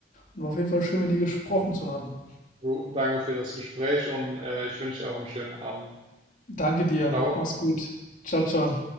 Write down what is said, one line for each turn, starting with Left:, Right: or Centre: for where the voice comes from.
Left: und war auf jeden Fall schön, mit dir gesprochen zu haben.
Right: Du, danke für das Gespräch und äh, ich wünsche dir auch einen schönen Abend.
Left: Danke dir.
Right: Ciao.
Left: Mach's gut. Ciao, ciao.